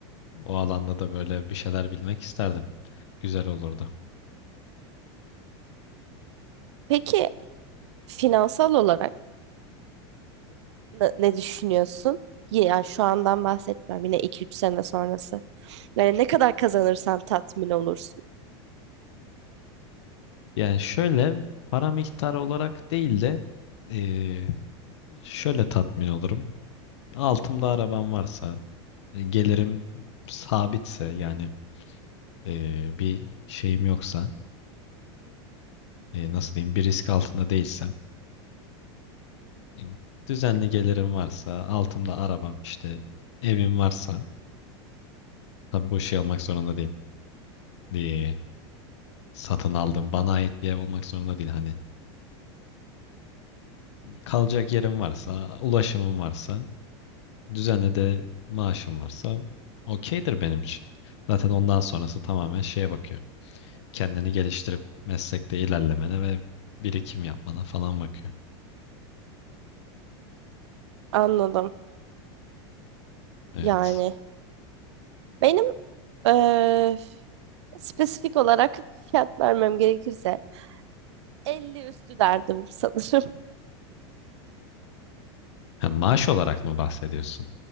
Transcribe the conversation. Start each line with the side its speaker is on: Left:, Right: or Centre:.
Left: O alanda da böyle bir şeyler bilmek isterdim. Güzel olurdu.
Right: Peki finansal olarak ne, ne düşünüyorsun? Ya şu andan bahsetmem. Yine iki üç sene sonrası. Yani ne kadar kazanırsan tatmin olursun.
Left: Yani şöyle para miktarı olarak değil de eee, şöyle tatmin olurum. Altımda arabam varsa, e, gelirim sabitse yani eee, bir şeyim yoksa, e, nasıl diyeyim bir risk altında değilsem, e, düzenli gelirim varsa, altımda arabam işte evim varsa Tabii bu şey olmak zorunda değil. Ee, satın aldım. Bana ait bir ev olmak zorunda değil. Hani kalacak yerim varsa, ulaşımım varsa, düzenli de maaşım varsa okeydir benim için. Zaten ondan sonrası tamamen şeye bakıyor. Kendini geliştirip meslekte ilerlemene ve birikim yapmana falan bakıyor.
Right: Anladım.
Left: Evet.
Right: Yani benim eee, spesifik olarak fiyat vermem gerekirse 50 üstü derdim sanırım. <laughs>
Left: Hem maaş olarak mı bahsediyorsun?